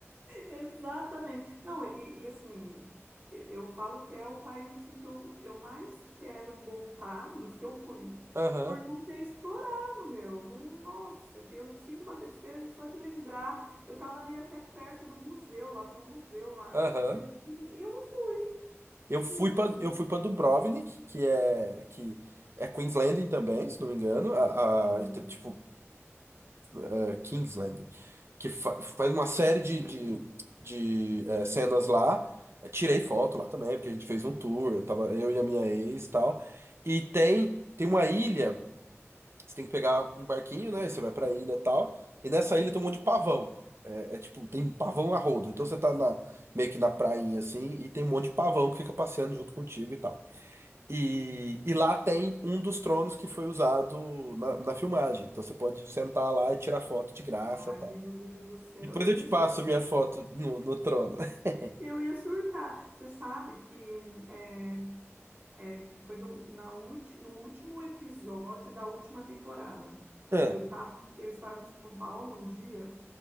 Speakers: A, on the right; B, on the right.
A: Exatamente. Não, e, e, assim, e- eu falo que é o país assim que eu, eu mais quero voltar dos que eu fui,
B: Aham,
A: por não ter explorado, meu. Não- nossa, eu sinto uma tristeza só de lembrar. Eu estava ali até perto do museu, lá tem um museu lá
B: aham.
A: em Split, e eu não fui,
B: Eu fui
A: e eu não
B: pra
A: fui.
B: eu fui para Dubrovnik, que é que é Queensland também, se não me engano, a,
A: Hum,
B: a- tipo é, Kingsland, que fa- faz uma série de, de, de, é, cenas lá. Eu tirei foto lá também, porque a gente fez um tour, eu tava eu e a minha ex e tal. E tem tem uma ilha Você tem que pegar um barquinho, né? e Você vai pra ilha e tal. E nessa ilha tem um monte de pavão. É, é tipo, tem pavão a rodo. Então você tá na, meio que na prainha assim, e tem um monte de pavão que fica passeando junto contigo e tal. E, e lá tem um dos tronos que foi usado na, na filmagem. Então você pode sentar lá e tirar foto de graça
A: Ai,
B: e tal.
A: meu Deus do céu,
B: Depois
A: eu
B: eu
A: ia
B: te
A: surtar.
B: passo minha foto no, no trono. <laughs>
A: Eu ia surtar. Você sabe que eh, É, foi no, na ulti, no último episódio da última temporada.
B: Ah,
A: Eu tava, eu estava em São Paulo no dia,